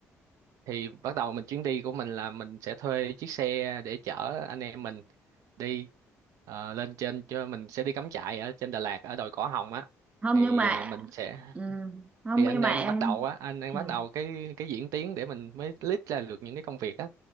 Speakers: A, on the right (about 75°); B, on the right (about 25°).
A: thì bắt đầu mình chuyến đi của mình là mình sẽ thuê chiếc xe để chở anh em mình đi ờ, lên trên cho mình sẽ đi cắm trại ở trên Đà Lạt ở đồi Cỏ Hồng á
B: Không
A: thì
B: nhưng mà
A: ờ, mình sẽ
B: ừm, không
A: thì anh
B: nhưng
A: đang
B: mà em
A: bắt đầu á anh đang
B: ừm,
A: bắt đầu cái cái diễn tiến để mình mới list ra được những cái công việc á